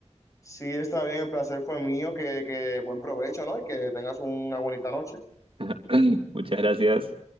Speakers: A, on the left (about 25°); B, on the right (about 50°).
A: Sí, está bien, el placer fue mío, que, que buen provecho, ¿no? Y que tengas una bonita noche.
B: <clears throat> <laughs> Muchas gracias.